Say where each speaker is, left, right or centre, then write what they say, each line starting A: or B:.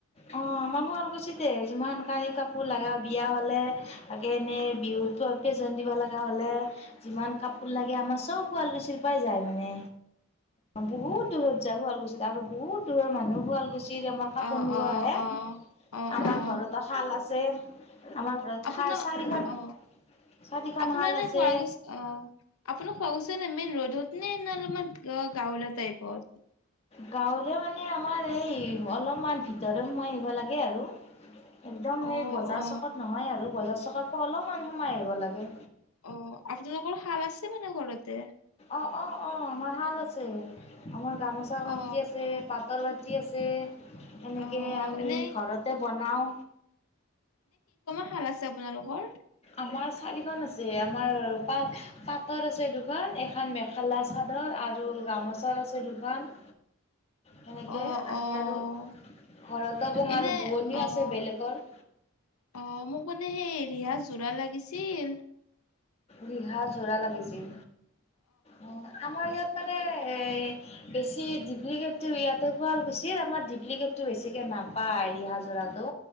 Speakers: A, on the left; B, on the left.
A: অ আমাৰ শুৱালকুছিটে যিমান কানি কাপোৰ লগা বিয়া হলে তাকে এনেই বিহুত প্ৰেজেন্ত দিব লগা হলে। যিমান কাপোৰ লাগে আমাৰ চব শুৱালকুছিৰ পৰাই যায় মানে বহুত দূৰত। শুৱালকুছিত আৰু বহু দূৰৰ মানুহো শুৱালকুছি। যায় আমাৰ কাপোৰ
B: অ
A: নিব
B: অ
A: আহে
B: অ অ
A: আমাৰ
B: অ
A: ঘৰতো শাল আছে আমাৰ ঘৰত
B: আপোনাৰ
A: চাৰিখন-
B: অ
A: চাৰিখন
B: আপোনাৰ
A: হাল
B: এনে
A: আছে।
B: শুৱালকুছি অ আপোনাৰ শুৱালকুছি এনে মেইন ৰ'ডত নে না তোমাৰ গাঁৱলীয়া তাইপত।
A: গাঁৱলৈ মানে আমাৰ এই অলপমান ভিতৰত সোমাই আহিব লাগে আৰু একদম
B: অ
A: সেই বজাৰ
B: অ
A: চকত নহয় আৰু বজাৰ চক তা পা অলপমান সোমাই আহিব লাগে।
B: অ আপোনালোকৰ হাল আছে মানে ঘৰতে।
A: অ অ অ আমাৰ শাল আছে আমাৰ গামোচা শক্তি
B: অ
A: আছে পাটৰ বাট ফুটি আছে এনেকে
B: অ
A: আমি
B: এনে
A: ঘৰতে বনাওঁ।
B: ভাল আছে আপোনালোকৰ
A: আমাৰ চাৰিখন আছে আমাৰ পা পাতৰ আছে দুখন এ মেখেলা চাদৰ আৰু গামোচা আছে দোকান। সেনেকে
B: অ',
A: আমি
B: অ',
A: আৰু শৰতো বঙ
B: এনে
A: আৰু বোৱনীও
B: অ',
A: আছে বেলেগৰ।
B: অ', মোক মানে সেই ৰিহা যোৰা লাগিছিল।
A: ৰিহা জোৰা লাগিছিল। অ আমাৰ ইয়াত মানে এ বেছি ডিপ্লিকেটটো ইয়াতে গাল গৈছিলিত আমাৰ ডিপ্লিকেট বেছিকে নাপায় ৰিহা। যোৰাটো।